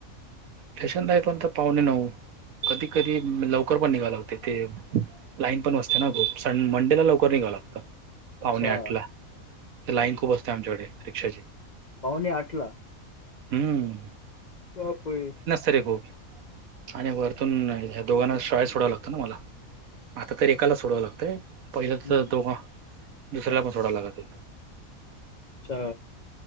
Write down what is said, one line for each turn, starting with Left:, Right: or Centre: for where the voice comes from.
Right: स्टेशनला येई पर्यंत ना पाहुणे नऊ कधी कधी लवकर पण निघा लागते तिथे ते लाईन पण असते ना खूप स मंडे ला लवकर निघावं लागतं.
Left: अच्छा
Right: पाव्हणे आठ ला ते लाईन खूप असतें आमच्याकडे रिक्षांची
Left: पाव्हणे आठला.
Right: हम्म.
Left: बाप हय.
Right: हे भाऊ आणि वरतून दोघांना शाळेत सोडावं लागते न मला. आता तर एकाला सोडावं लागतंय. पहिलं
Left: हम्म.
Right: तर दोघां दुसऱ्यांना पणं सोडा लागतं होते.
Left: अच्छा.